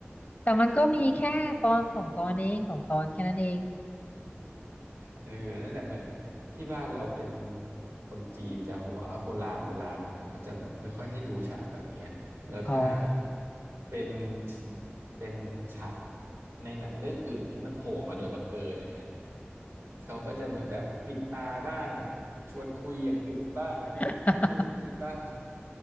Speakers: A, on the left; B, on the right.
A: แต่มันก็มีแค่ตอนสองตอนเองสองตอนแค่นั้นเอง
B: เออนั่นแหละเหมือนที่บ้านเราเป็นคนจีนจะหัวโบราณโบราณหน่อยเขาจะแบบไม่ค่อยให้ดูฉากแบบนี้แล้วถ้า
A: อ๋อ
B: เป็นเป็นฉากในหนังเรื่องอื่นที่มันโผล่มาโดยบังเอิญอย่างเงี้ยเขาก็จะเหมือนแบบปิดตาบ้างชวนคุยอย่างอื่นบ้าง
A: <laughs>
B: นู่นนี่บ้าง